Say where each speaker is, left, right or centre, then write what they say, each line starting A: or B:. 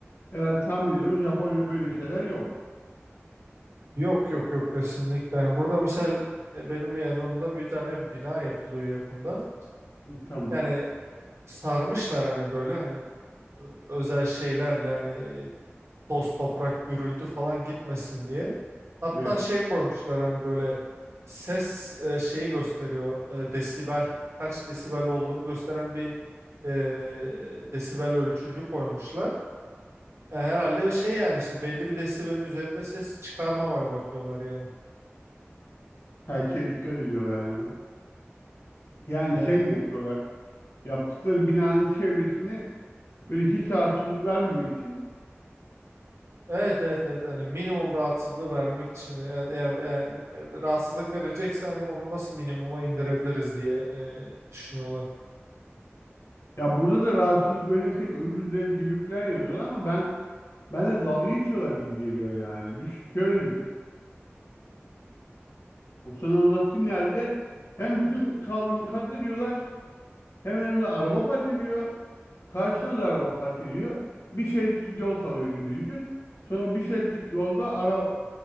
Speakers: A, on the left; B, on the right.
A: Herhalde tahmin ediyorum Japonya'da böyle şeyler yok.
B: Yok yok yok kesinlikle. Yani burada misal e, benim yanımda bir tane bina yapılıyor yakında.
A: Hı, Tamam.
B: Yani sarmışlar hani böyle hani ö- özel şeylerle hani toz toprak gürültü falan gitmesin diye. Hatta
A: Evet.
B: şey koymuşlar hani böyle ses e, şeyi gösteriyor e, desibel kaç desibel olduğunu gösteren bir e, desibel ölçücü koymuşlar. E, herhalde şey yani işte belli bir desibelin üzerinde ses çıkarmamaya bakıyorlar yani.
A: Her şeye dikkat ediyorlar yani. Yani
B: Evet.
A: şey mi yapıyorlar? Yaptıkları binanın çevresini böyle hiç rahatsızlık vermemek için
B: Evet evet evet hani minimum rahatsızlığı vermek için yani, yani, yani, rahatsızlık verilecekse hani onu nasıl minimuma indirebiliriz diye e, düşünüyorlar.
A: ya burada da rahatsızlık verirsek özür dileriz gibi falan yazıyorlar ama ben ben de dalga geçiyorlar gibi geliyor yani. Düş, şöyle düşün. O sana anlattığım yerde hem bütün kaldırımı katlediyorlar Hemen yanında araba park ediyor. Karşısına da araba park ediyor. Bir şeritlik yol kalıyor gibi düşün. Sonra bir şeritlik yolda araba